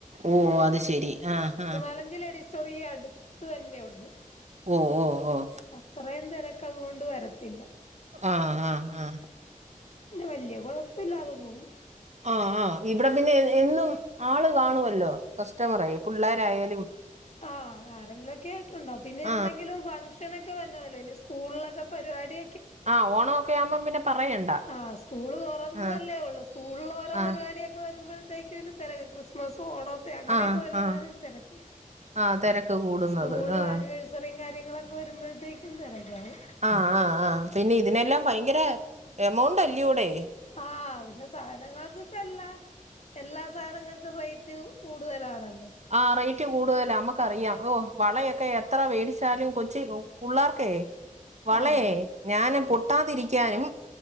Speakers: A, on the right; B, on the left.
A: ഓഹ് അത് ശെരി. ആഹ് ആഹ്
B: നാലഞ്ച്ലേഡിസ് സ്റ്റോറ് ഈ അടുത്ത് തന്നെ ഉണ്ട്.
A: ഓഹ് ഓഹ് ഓഹ്
B: അത്രയും തെരക്ക് അതുകൊണ്ട് വരത്തില്ല.
A: ആ, ആ, ആ.
B: വല്യ കൊഴപ്പ ഇല്ലാതെ പോകും.
A: ആഹ് ആഹ് ഇവടെ പിന്നെ എന്നും ആള് കാണുവല്ലോ കസ്റ്റമറായി പുള്ളാരായാലും
B: ആഹ് ആരെങ്കിലും ഒക്കെ ആയിട്ടുണ്ടാവും. പിന്നെ
A: ആ.
B: എന്തെങ്കിലും ഫങ്ങ്ഷ ഷനോക്കെ വരണമല്ലോ. ഇനി സ്കൂളിലൊക്കെ പരുവാടി
A: ആഹ് ഓണം ഒക്കെ ആവുമ്പം പിന്നെ പറയണ്ട.
B: ആഹ്. സ്കൂള് തൊറന്നതല്ലേ
A: ആ,
B: ഉള്ളൂ. സ്കൂളില് ഓരോ
A: ആ,
B: പരിപാടിയൊക്കെ വരുമ്പോഴത്തേക്ക് ത്തേന് തെരക്ക് ക്രിസ്മസ് ഓണം ത്തെ അങ്ങനെയൊക്കെ
A: ആ,
B: വരുമ്പഴാണ്
A: ആ.
B: തെരക്ക്.
A: ആ തിരക്ക് കൂടുന്നത്.
B: സ്കൂൾലാനുവേഴ്
A: ആ.
B: സറി യും കാര്യങ്ങളൊക്കെ വരുമ്പോഴത്തേക്കും തെരക്കാവും.
A: ആഹ് ആഹ് ആഹ് പിന്നെ ഇതിനെല്ലാം ഭയങ്കര എമൗണ്ട് അല്ലൂടേ?
B: ആഹ് പിന്നെ സാധനങ്ങൾക്ക് ഇപ്പം എല്ലാം എല്ലാ സാധനങ്ങൾക്കും റേറ്റ് കൂടുതലാണല്ലോ.
A: ആ റേറ്റ് കൂടുതലാ നമ്മുക്കറിയാം ഓ വളയൊക്കെ എത്ര വേടിച്ചാലും കൊച്ച്പുള്ളേർക്കേ വളേ
B: ആഹ്
A: ഞാന് പൊട്ടാതിരിക്കാനും